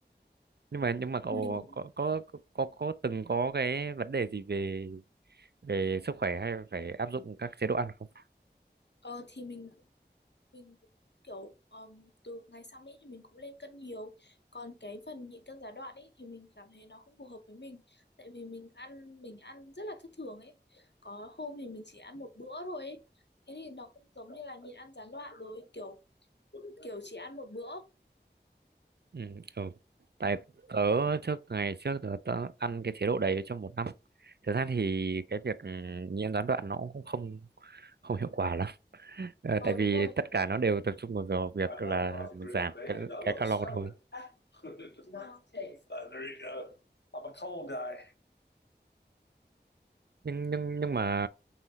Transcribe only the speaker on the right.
nhưng mà nhưng mà cậu
có có có có, có từng có cái vấn đề gì về về sức khỏe hay phải áp dụng các chế độ ăn không
Ừ, ừ. Tại tớ trước ngày trước tớ, tớ ăn cái chế độ đấy trong một năm. Thực ra thì cái việc ừ, nhiễm gián đoạn nó cũng không không hiệu quả lắm. Ờ,
tại vì
tất cả
nó đều tập trung vào việc
là
mình
giảm
cái
cái calo
thôi.
Nhưng nhưng nhưng mà